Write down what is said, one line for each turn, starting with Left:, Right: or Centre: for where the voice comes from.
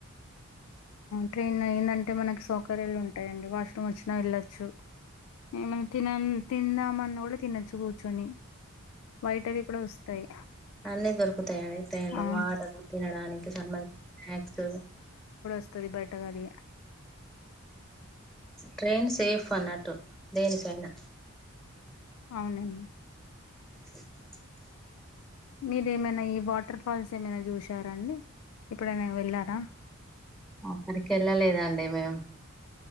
Left: ట్రైన్ ఏందంటే మనకు సౌకర్యాలు ఉంటాయండి వాష్రూమ్ వచ్చినా వెళ్ళొచ్చు మ తిన తిందామన్న కూడా తినొచ్చు కూచుని బయట అవి కూడా వస్తాయి
Centre: అన్ని దొరుకుతాయాండి టైలో
Left: ఆ
Centre: వాటర్ తినడానికి సంబంధించ స్క్స్
Left: వస్తుతి బేట కది
Centre: ట్రైన్ సేఫ్ అన్నట్టు దేనికైనా
Left: అవునండి
Centre: అ
Left: మీరు ఏమైనా ఈ వాటర్ ఫాల్స్ ఏమైనా చూసారాండి ఇప్పుడైనా వెళ్ళారా
Centre: ఆక్కడికి వెళ్ళ లేదాండి మేము